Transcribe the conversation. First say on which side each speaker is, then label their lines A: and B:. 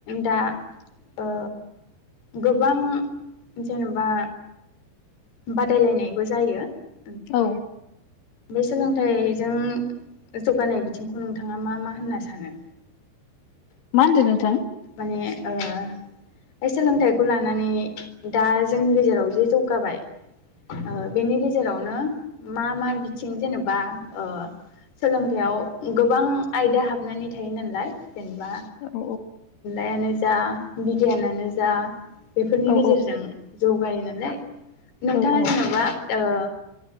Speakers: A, on the left; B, on the left.
A: दा ओ गोबां जेनेबा बादायलायनायबो जायो ।
B: औ
A: बे सोलोंथाइजों जौगानाय बिथिंखौ नोंथाङा मा मा होनना सानो?
B: मा होनदों नोंथां?
A: माने ओ सोलोंथाइखौ लानानै दा जोंनि गेजेराव जे जौगाबाय औ बेनि गेजे जेरावनो मा मा बिथिं जेनेबा ओ सोलोंथायाइयाव गोबां आयदा हाबनानै थायो नालाय जेनेबा
B: औ
A: जा बिगियानानो जा बेफोरनि
B: औ
A: गेजेरजों जौगायो <unintelligible> नोंथाङा
B: औ औ औ
A: जेन'बा ओ